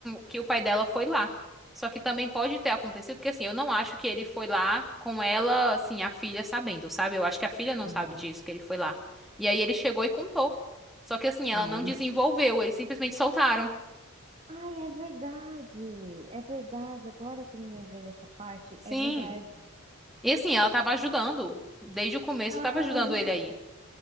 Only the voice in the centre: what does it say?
que o pai dela foi lá. Só que também pode ter acontecido, porque assim, eu não acho que ele foi lá com ela, assim, a filha sabendo, sabe? Eu acho que a filha não
sabe disso, que ele foi lá. E aí ele chegou e contou. Só que assim,
ela não
desenvolveu, eles simplesmente soltaram.
Sim.
E assim, ela tava ajudando. Desde o começo,
tava
ajudando
ele aí.